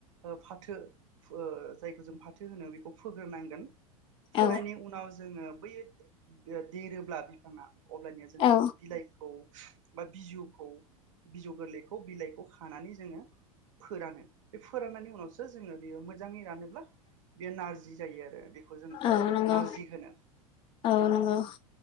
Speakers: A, on the right (about 60°); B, on the left (about 30°).
A: ओ फाथो फो- जायखौ जों फाथो होनो बेखौ फोग्रोनांगोन। फोनायनि
B: औ
A: उनाव जोङो बै ओ देरोब्ला बिफाङा अब्लानिया जों बिनि
B: औ
A: बिलाइखौ बा बिजौखौ, बिजौ गोरलैखौ बिलाइखौ खानानै जोङो फोरानो। बे फोराननायनि उनावसो जोङो ओ मोजाङै रानोब्ला बे नारजि बिदि जायो आरो बेखौ जों ओ
B: औ नंगौ
A: नारजि होनो ।
B: औ नंगौ